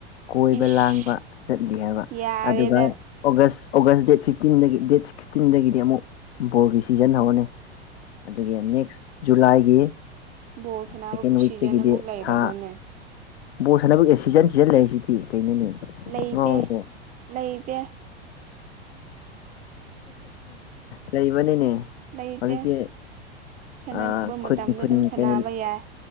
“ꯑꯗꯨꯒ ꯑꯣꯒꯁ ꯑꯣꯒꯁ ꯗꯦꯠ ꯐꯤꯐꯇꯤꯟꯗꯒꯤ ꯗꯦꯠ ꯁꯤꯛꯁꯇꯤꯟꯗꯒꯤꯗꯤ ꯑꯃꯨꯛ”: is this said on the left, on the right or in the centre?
Left